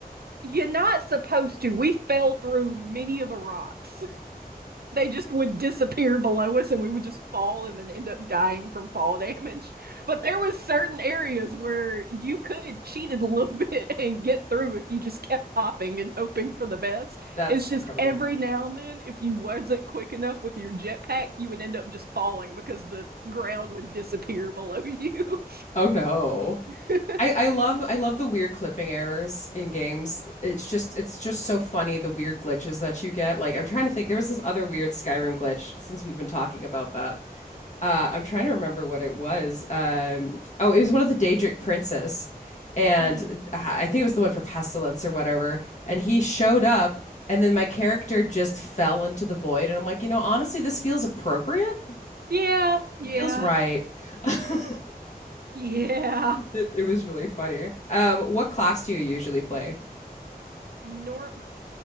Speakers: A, on the right; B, on the left.
A: You're not supposed to. We fell through many of the rocks. They just would disappear below us and we would just fall and then end up dying from fall <laughs> damage. But there was certain areas where you could cheat it a little <laughs> bit and get through if you just kept hopping and hoping for the best.
B: That's
A: It's just
B: incredible.
A: every now and then, if you wasn't quick enough with your jetpack, you would end up just falling because the ground would disappear below you.
B: Oh no.
A: <laughs>
B: I, I love I love the weird clipping errors in games. It's just it's just so funny the weird glitches that you get. Like I'm trying to think there was this other weird Skyrim glitch since we've been talking about that. Uh, I'm trying to remember what it was. Um, oh, it was one of the Daedric princes, and
A: Mm.
B: I think it was the one for Pestilence or whatever. And he showed up, and then my character just fell into the void. And I'm like, you know, honestly, this feels appropriate.
A: Yeah, yeah,
B: Feels right. <laughs> That's
A: yeah.
B: it was really funny. Um, what class do you usually play?
A: Norm